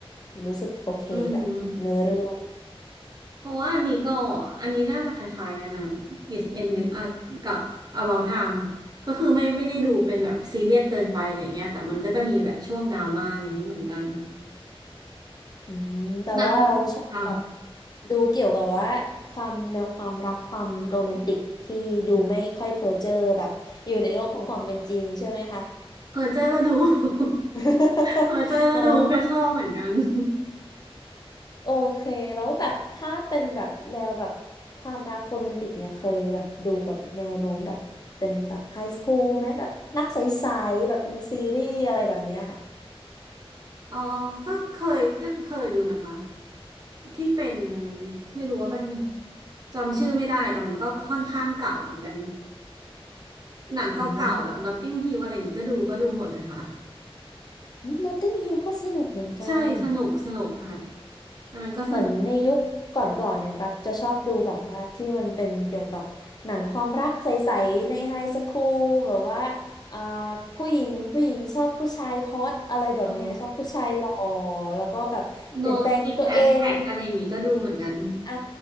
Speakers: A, on the left; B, on the right.
A: รู้สึกโอเคกับเนื้อเรื่อง
B: อืมเพราะว่าอันนี้ก็อันนี้น่าจะคล้ายๆกันนะ Is End With Us กับ About Time ก็คือไม่ไม่ได้ดูเป็นแบบซีเรียสเกินไปอะไรเงี้ยแต่มันก็จะมีแบบช่วงดราม่าอะไรอย่างนี้เหมือนกัน
A: อืมแต่ว่าเราชอบแบบ
B: หนังค่ะ
A: ดูเกี่ยวกับว่าความแนวความรักความโรแมนติกที่ดูไม่ค่อยเพ้อเจ้อแบบอยู่ในโลกของความเป็นจริงใช่ไหมคะ
B: เพอเจอร์ก็ดู <laughs>
A: <laughs>
B: เพอเจอร์ก็ดูก็ชอบเหมือนกัน
A: อ๋อ
B: <laughs>
A: โอเคแล้วแบบถ้าเป็นแบบแนวแบบความรักโรแมนติกเนี่ยเคยแบบดูแบบแนวโน้มแบบเป็นแบบไฮสคูลไหมแบบรักใสๆแบบเป็นซีรีส์อะไรแบบเนี้ยค่ะ
B: เออก็เคยก็เคยดูนะคะที่เป็นไม่รู้ว่ามันจำชื่อไม่ได้แต่มันก็ค่อนข้างเก่าเหมือนกันหนังเก่าๆแบบ
A: อืม
B: Notting Hill อะไรอย่างงี้ก็ดูก็ดูหมดเลยค่ะ
A: นอตติงฮิลก็สนุกเหมือนกัน
B: ใช่สนุกสนุกค่ะอันนั้นก็สนุก
A: เหมือนในยุคก่อนๆเนี่ยตักจะชอบดูแบบว่าที่มันเป็นเกี่ยวกับหนังความรักใสๆในไฮสคูลแบบว่าอ่าผู้หญิงผู้หญิงชอบผู้ชายฮอตอะไรแบบเนี้ยชอบผู้ชายหล่อ
B: อ๋อ
A: แล้วก็แบบเปลี่ยนแปลงตัวเอง
B: No String Attack อะไรอย่างงี้ก็ดูเหมือนกัน
A: อ่า